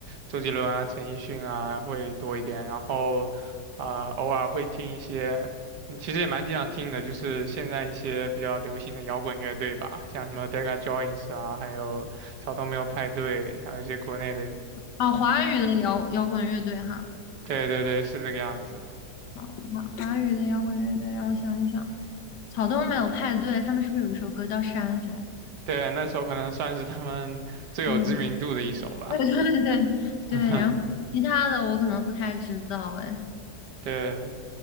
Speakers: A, on the right; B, on the left.
A: 周杰伦啊、陈奕迅啊会多一点，然后啊、偶尔会听一些，嗯其实也蛮经常听的，就是现在一些比较流行的摇滚乐队吧，像什么 Deca Joins 啊，还有草东没有派对，还有一些国内的，
B: 啊，华语的摇摇滚乐队哈，
A: 对对对，是这个样子。
B: 啊，华华语的摇滚乐队，让我想一想，草东没有派对，他们是不是有一首歌叫《山海》？
A: 对，那时候可能算是他们 <laughs> 最有知名度的一首吧。
B: 嗯，对对对，
A: <laughs>
B: 然后其他的我可能不太知道，哎。
A: 对，